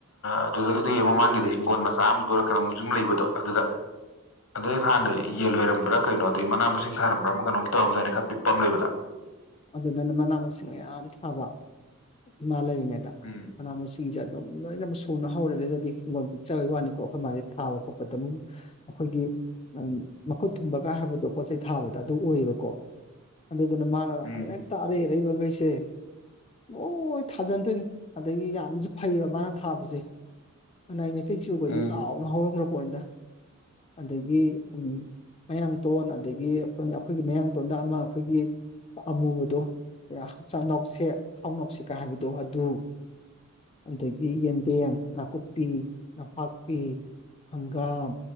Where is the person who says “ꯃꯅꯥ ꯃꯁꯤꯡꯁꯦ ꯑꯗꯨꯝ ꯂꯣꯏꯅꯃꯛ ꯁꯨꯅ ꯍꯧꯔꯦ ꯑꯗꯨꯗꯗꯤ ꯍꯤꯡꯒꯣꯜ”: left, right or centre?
Left